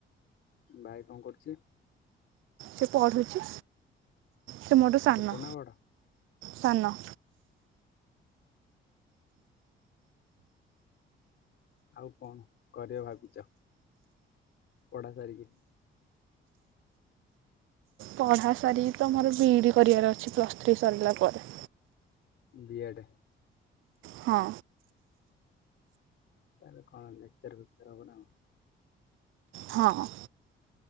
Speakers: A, on the left; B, on the right.
A: ଭାଇ କଣ କରୁଛି?
B: ସେ ପଢୁଛି। ସେ ମୋଠୁ ସାନ
A: ଛୋଟ ନା ବଡ?
B: ସାନ
A: ଆଉ କଣ କରିଵ ଭାବିଛ? ପଢା ସାରିକି?
B: ପଢ଼ା ସାରିକି ତ ମୋର ବିଇଡି କରିବାର ଅଛି ପ୍ଲସ୍ ଥ୍ରୀ ସରିଲା ପରେ।
A: ବିଆଡେ
B: ହଁ।
A: ତାହେଲେ କଣ ଲେକ୍ଚର ଫେକ୍ଚର୍ ହବ ନା କଣ?
B: ହଁ।